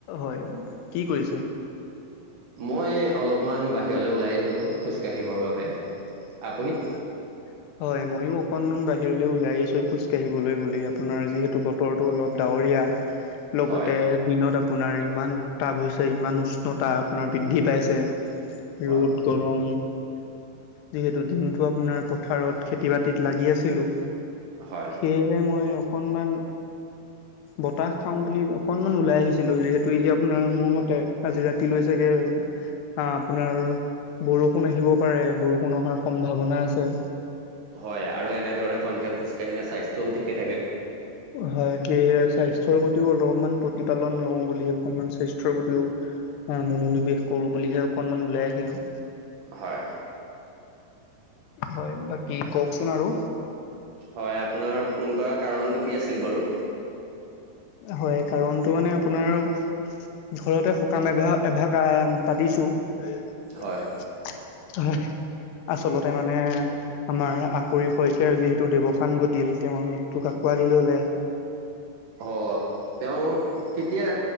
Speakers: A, on the left; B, on the right.
A: হয় কি কৰিছে?
B: মই অলপমান বাহিৰলৈ ওলাই আহছিলো খোজকাাঢ়িবৰ বাবে। আপুনি?
A: <inaudible> হয় ময়ো অকনমান বাহিৰলৈ ওলাই আহিছো খোজ কাঢ়িবলৈ বুলি আপোনাৰ যিহেতু বতৰটো অলপ ডাৱৰীয়া। লগতে
B: হয়,
A: দিনত আ আপোনাৰ ইমান উত্তাপ হৈছে ইমান উষ্ণতা আপোনাৰ বৃদ্ধি পাইছে।
B: হয়,
A: ৰ'দ গৰম যিহেতু দিনটো আপোনাৰ পথাৰত খেতি বাতিত লাগি আছিলো।
B: হয়,
A: সেয়েহে মই অকনমান বতাহ খাও বুলি অকনমান ওলাই আহিছিলো, যিহেতু এই যে আপোনাৰ মোৰ মতে আজি ৰাতি লৈ চাগে অ আপোনাৰ বৰষুণ আহিব পাৰে বৰষুণ অহাৰ সম্ভাৱনা আছে।
B: হয় আৰু এনেদৰে সন্ধিয়া খোজকাাঢ়িলে স্বাস্থ্যও ঠিকে থাকে।
A: হয় সেয়েহে স্বাস্থ্যৰ প্ৰতিও অলপমান প্ৰতিপালন লওঁ বুলি অকনমান স্বাস্থ্যৰ প্ৰতিও অ মনোনিৱেশ কৰো বুলিহে অকনমান ওলাই আহিলো।
B: হয়।
A: হয় বাকী কওকচোন আৰু।
B: হয় আপোনাৰ ফোন কৰাৰ কাৰণতটো কি আছিল বাৰু?
A: হয় কাৰণতটো মানে আপোনাৰ ঘৰতে সকাম এঘাৰ এভাগ পাতিছো।
B: হয়,
A: <inaudible> হয়। আচলতে মানে আমাৰ আকৰি শইকীয়াৰ যিহেতু দেৱসান ঘটিল তেওঁৰ মৃত্যুক আঁকোৱালি ললে।
B: অ তেওঁ কেতিয়া